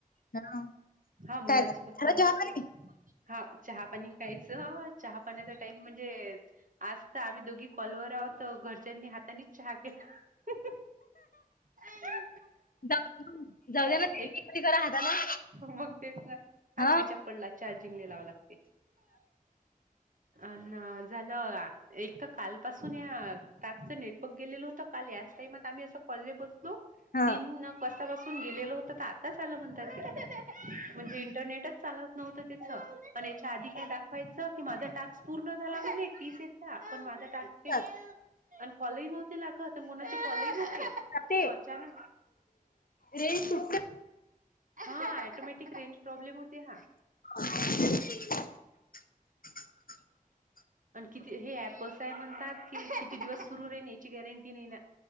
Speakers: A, on the left (about 75°); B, on the right (about 65°).
A: हा
B: हा मुलांसोबत
A: काय झालं
B: मुलग
A: चहा पाणी?
B: खेळ हा चहा पाणी खायचं चहा पाण्याचा टाइम म्हणजे आजता आम्ही दोघी कॉलवर आहोत घरच्यांनी हातानीच चहा केला अ
A: जाऊ जाऊ
B: अ
A: दे ना त्यांची
B: एक
A: एकटी करा हातानं
B: मग तेच ना हच
A: हा
B: विचार पडला चार्जिंग ल लावा लागते अ झालं एक तर कालपसून या टॅपच नेटवर्क गेलेलं होत काल याच टामात आम्ही असं कॉल बसलो
A: हा.
B: तीन तापसून गेलेल होत तर आताल म्हणतात म्हणजे इंटरनेटच चालत नव्ह याच्या आधी काय दाखवायच की माझा टास्क पूर्ण झाला म्ह तीसचा पण माझा टास्क
A: ह
B: पण कॉलेज नव्हती लाग कोणाची कॉलेज नव्हती
A: ते
B: तर अचानक
A: रेंज सुटते
B: हा टोमॅटिक रेंज प्रॉब्लेम होते हा
A: <inaudible>
B: आणि किती हे ऍप असं आहे म्हणतात की किती दिवस सुरू राहीन याची गॅरंटी नाही ना